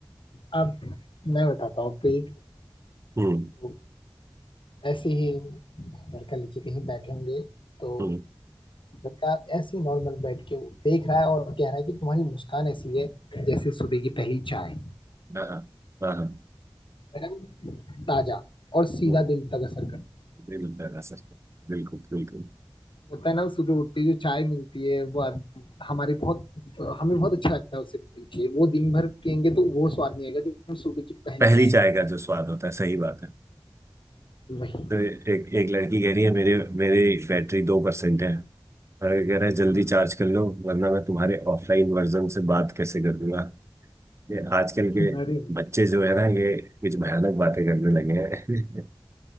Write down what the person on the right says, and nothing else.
हम्म
हम्म
हाँ हाँ हाँ हाँ,
हम्म
बिल्कुल ऐसा ही है। सर, बिल्कुल बिल्कुल
पहली
चाय का
जो स्वाद होता है सही बात है
तो एक एक लड़की कह रही है मेरे मेरी बैटरी दो परसेंट है और ये कह रहा है जल्दी
चार्ज कर लो वरना मैं तुम्हारे ऑफलाइन वर्जन से बात कैसे करूंगा ये आजकल के
बच्चे जो है ना ये कुछ भयानक बातें करने लगे हैं <laughs>